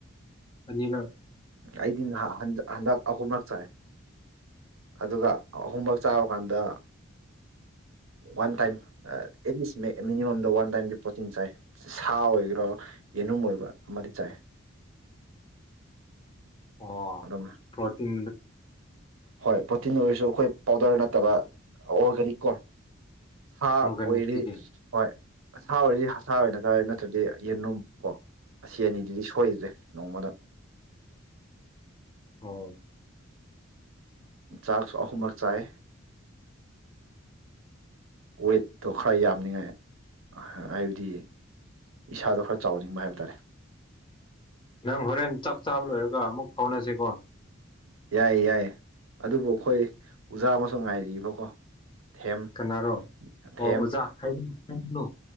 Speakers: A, on the left; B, on the right.
A: ꯑꯅꯤꯔꯛ
B: ꯑꯩꯗꯤ ꯍꯟꯗꯛ ꯑꯍꯨꯝꯔꯛ ꯆꯥꯏ ꯑꯗꯨꯒ ꯑꯍꯨꯝꯔꯛ ꯆꯥꯕ ꯀꯥꯟꯗ ꯋꯥꯟ ꯇꯥꯏꯝ ꯑꯦꯠꯂꯤꯁ ꯃꯤꯅꯤꯃꯝꯗ ꯋꯥꯟ ꯇꯥꯏꯝꯒꯤ ꯄ꯭ꯔꯣꯇꯤꯟ ꯆꯥꯏ ꯁꯥ ꯑꯣꯏꯕ꯭ꯔꯥ ꯌꯦꯅꯨꯝ ꯑꯣꯏꯕ꯭ꯔꯥ ꯑꯃꯗꯤ ꯆꯥꯏ
A: ꯑꯣ
B: ꯑꯗꯨꯝ
A: ꯄ꯭ꯔꯣꯇꯤꯟ
B: ꯍꯣꯏ ꯄ꯭ꯔꯣꯇꯤꯟ ꯑꯣꯏꯔꯁꯨ ꯑꯈꯣꯏ ꯄꯥꯎꯗꯔ ꯅꯠꯇꯕ ꯑꯣꯔꯒꯥꯅꯤꯛ ꯀꯣ ꯁꯥ
A: ꯑꯣꯔꯒꯥꯅꯤꯛꯇꯤ
B: ꯑꯣꯏꯔꯤ
A: ꯀꯩ
B: ꯍꯣꯏ ꯑꯁꯥ ꯑꯣꯏꯔꯗꯤ ꯑꯁꯥ ꯑꯣꯏꯅ ꯆꯥꯏ ꯅꯠꯇ꯭ꯔꯗꯤ ꯌꯦꯅꯝ ꯀꯣ ꯑꯁꯤ ꯑꯅꯤꯗꯨꯗꯤ ꯁꯣꯏꯗ꯭ꯔꯦ ꯅꯣꯡꯃꯗ
A: ꯍꯣ
B: ꯆꯥꯛꯁꯨ ꯑꯍꯨꯝꯂꯛ ꯆꯥꯏ ꯋꯦꯠꯇꯣ ꯈꯔ ꯌꯥꯝꯅꯤꯡꯉꯥꯏ ꯍꯥꯏꯕꯗꯤ ꯏꯁꯥꯗꯣ ꯈꯔ ꯆꯥꯎꯅꯤꯡꯕ ꯍꯥꯏꯕ ꯇꯥꯔꯦ
A: ꯅꯪ ꯍꯣꯔꯦꯟ ꯆꯥꯛ ꯆꯥꯕ ꯂꯣꯏꯔꯒ ꯑꯃꯨꯛ ꯍꯧꯅꯁꯤ ꯀꯣ
B: ꯌꯥꯏ ꯌꯥꯏ ꯑꯗꯨꯕꯨ ꯑꯈꯣꯏ ꯑꯣꯖꯥ ꯑꯃꯁꯨ ꯉꯥꯏꯔꯤꯕꯀꯣ ꯊꯦꯝ
A: ꯀꯅꯥꯔꯣ ꯑꯣ
B: ꯊꯦꯝ
A: ꯑꯣꯖꯥ ꯍꯥꯏ <unintelligible> ꯅꯣ